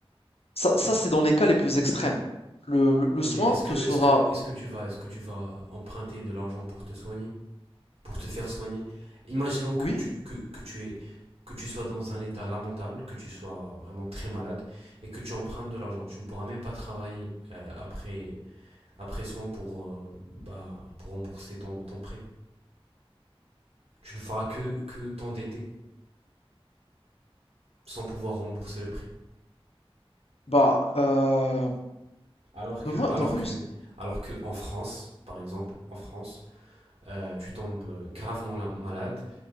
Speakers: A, on the left; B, on the right.
A: Ça, ça, c'est dans les cas les plus extrêmes. Le, le,
B: Oui,
A: le soin
B: mais est-ce que,
A: te sera,
B: est-ce que, est-ce que tu vas, est-ce que tu vas emprunter de l'argent pour te soigner? pour te faire soigner. Imaginons que
A: oui,
B: tu, que, que tu es que tu sois dans un état lamentable, que tu sois vraiment très malade et que tu empruntes de l'argent. Tu ne pourras même pas travailler euh, après, après soin pour, euh, bah, pour rembourser ton, ton prêt. Tu ne feras que, que t'endetter sans pouvoir rembourser le prêt.
A: Bah, heu,
B: Alors
A: donne-moi
B: que, alors
A: donne-moi
B: que,
A: une
B: alors que en France, par exemple, en France, euh, tu tombes gravement malade,